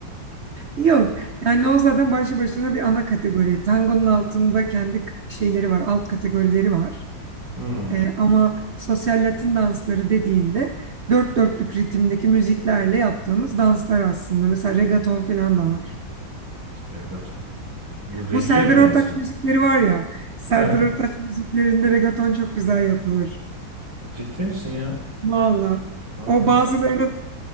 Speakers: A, on the right; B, on the right.
A: Yok. Yani o zaten başlı başına bir ana kategori. Tangonun altında kendi k- şeyleri var, alt kategorileri var.
B: Hmm,
A: E, ama sosyal Latin dansları dediğinde dört dörtlük ritimdeki müziklerle yaptığımız danslar aslında. Mesela reggaeton falan da var.
B: regaton. Bu regiye
A: Bu Serdar
B: mi
A: Ortaç
B: benziyor?
A: müzikleri var ya. Serdar
B: Ha,
A: Ortaç müziklerinde reggaeton çok güzel yapılır.
B: ciddi misin ya?
A: Valla.
B: Aa,
A: O bazılarının
B: bak.